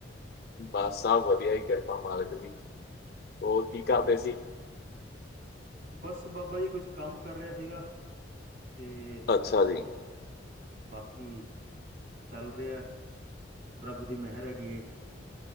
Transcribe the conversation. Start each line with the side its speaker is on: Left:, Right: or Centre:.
Left: ਬਸ ਸੱਭ ਵਧੀਆ ਜੀ, ਕਿਰਪਾ ਮਾਲਕ ਦੀ, ਹੋਰ ਕੀ ਕਰਦੇ
Right: ਹੋਰ
Left: ਸੀ?
Right: ਬਸ ਬਾਬਾ ਜੀ ਕੁਛ ਕੰਮ ਕਰ ਰਿਹਾ ਸੀਗਾ। ਤੇ
Left: ਅੱਛਾ ਜੀ
Right: ਬਾਕੀ ਚੱਲ ਰਿਹਾ, ਰੱਬ ਦੀ ਮਹਿਰ ਹੈਗੀ ਏ।